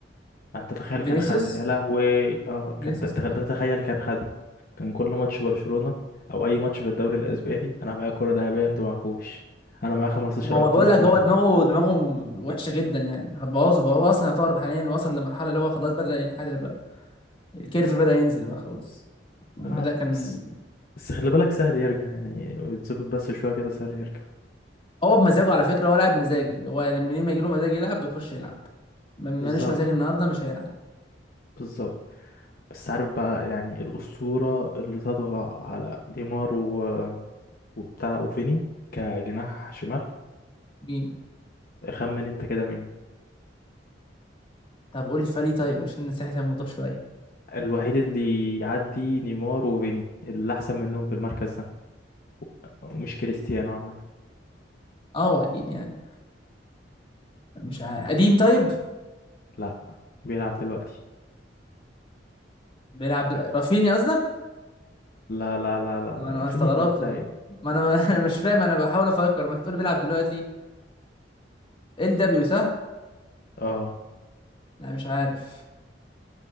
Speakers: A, on the left; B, on the left.
A: انت تخيل
B: فينيسيوس
A: كان خدها يا لهوي اه
B: فينيسيوس
A: كان ت- ت-
B: كان
A: تخيل كان خدها كان كل ماتش برشلونة او اي ماتش في الدوري الاسباني انا معايا كرة ذهبية انتوا معكوش انا معايا 15
B: ما هو
A: ابطال
B: بقول
A: انتوا
B: لك هو
A: معكوش
B: دماغه دماغه وحشة جدا يعني هتبوظه بقى
A: مم.
B: هو اصلا يعتبر حاليا وصل لمرحلة اللي هو خلاص بدأ ينحدر بقى الكيرف بدأ ينزل بقى خلاص من
A: اه
B: بدأ كان
A: بس بس خلي بالك سهل يرجع يعني يتظبط بس شوية كده سهل يرجع
B: هو بمزاجه على فكرة هو لاعب مزاجي هو لما لما يجيله مزاج يلعب بيخش يلعب ما- مالوش
A: بالظبط
B: مزاج النهاردة مش هيلعب
A: بالظبط بس عارف بقى يعني الأسطورة اللي تطغى على ديمار و... وبتاع وفيني كجناح شمال
B: مين
A: خمن انت كده مين
B: طب قول الفريق طيب عشان نسهل الموضوع شوية
A: الوحيد اللي يعدي نيمار وفيني اللي أحسن منهم في المركز ده و- ومش كريستيانو عامة
B: اه هو اكيد يعني مش عارف. قديم طيب
A: لا بيلعب دلوقتي
B: بيلعب دلوقتي رافينيا قصدك
A: لا لا لا لا لا
B: ما انا
A: رافينيا
B: استغربت
A: ايه وبتاع
B: بقى
A: ايه
B: ما انا ما <laughs> مش فاهم انا بحاول افكر ما تقول بيلعب دلوقتي ال دبليو صح
A: اه
B: لا مش عارف